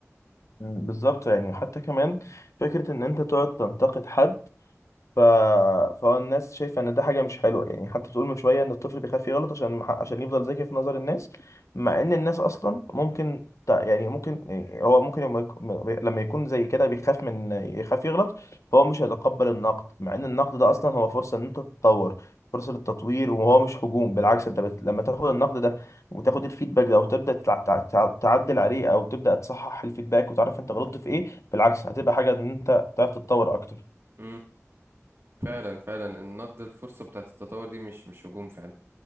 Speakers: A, on the left; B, on the right.
A: بالظبط يعني حتى كمان فكرة إن أنت تقعد تنتقد حد ف... فالناس شايفه ان ده حاجه مش حلوه يعني حتى بتقول من شويه ان الطفل بيخاف يغلط عشان عشان يفضل ذكي في نظر الناس مع ان الناس اصلا ممكن ت- يعني ممكن يعني هو ممكن لما يك- لما يكون زي كده بيخاف من يخاف يغلط فهو مش هيتقبل النقد مع ان النقد ده اصلا هو فرصه ان انت تتطور فرصه للتطوير وهو مش هجوم بالعكس انت بت... لما تاخد النقد ده وتاخد الفيدباك ده وتبدا تع... تع... تع- تعدل عليه او تبدا تصحح الفيدباك وتعرف انت غلطت في ايه بالعكس هتبقى حاجه ان انت تعرف تتطور اكتر
B: امم فعلا فعلا النقد الفرصة بتاعت التطور دي مش مش هجوم فعلا